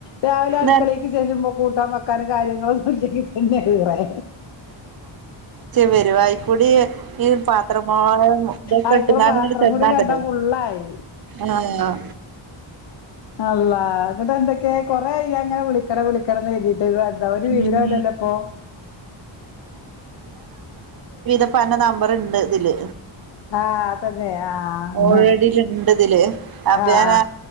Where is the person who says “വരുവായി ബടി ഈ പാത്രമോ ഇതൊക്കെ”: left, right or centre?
Right